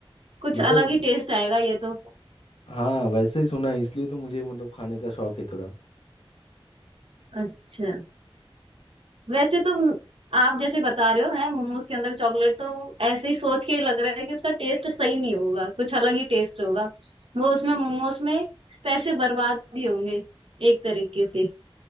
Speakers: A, on the right; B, on the left.
A: कुछ
B: मतलब
A: अलग ही टेस्ट आएगा ये तो
B: हाँ वैसा ही सुना है इसलिए तो मुझे मतलब खाने का शौक है थोड़ा
A: अच्छा वैसे तो म- आप जैसे बता रहे हो है मोमोज के अंदर चॉकलेट तो ऐसे ही सोच के ही लग रहा है कि उसका टेस्ट सही नहीं होगा कुछ अलग ही टेस्ट होगा वो उसमें मोमोज में पैसे बर्बाद ही होंगे एक तरीके से